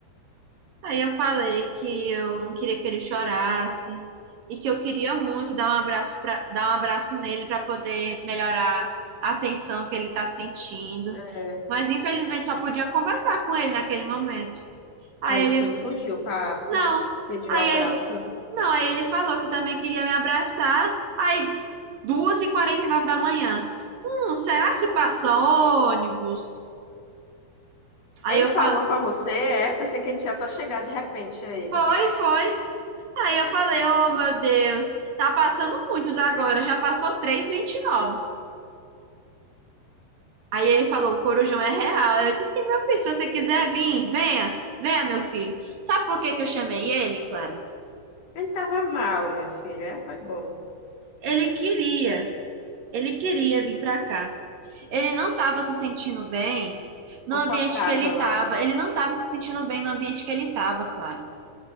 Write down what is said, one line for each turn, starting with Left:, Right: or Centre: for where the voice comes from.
Right: Aí eu falei que eu não queria que ele chorasse e que eu queria muito dar um abraço pra, dar um abraço nele para poder melhorar a tensão que ele está sentindo.
Left: É,
Right: Mas infelizmente só podia conversar com ele naquele momento. Aí
Left: Aí ele
Right: ele,
Left: foi, e fugiu, pra, pe-
Right: não.
Left: pediu
Right: Aí
Left: um abraço.
Right: ele, não, aí ele falou que também queria me abraçar. Aí duas e quarenta e nove da manhã. Hum, será que se passa ônibus? Aí
Left: Ele
Right: eu
Left: falou
Right: falo,
Left: para você, é? Pensei que ele tinha só chegado de repente aí.
Right: foi, foi. Aí eu falei, oh meu Deus, tá passando muitos agora, já passou três 20 novos. Aí ele falou, o Corujão é real. Eu disse assim, meu filho, se você quiser vir, venha, venha, meu filho. Sabe por que que eu chamei ele, Clara?
Left: Ele estava mal, minha filha. É, foi bom.
Right: Ele queria, ele queria vir pra cá. Ele não tava se sentindo bem no
Left: Confortável
Right: ambiente que ele
Left: lá.
Right: tava. Ele não tava se sentindo bem no ambiente que ele tava, Clara.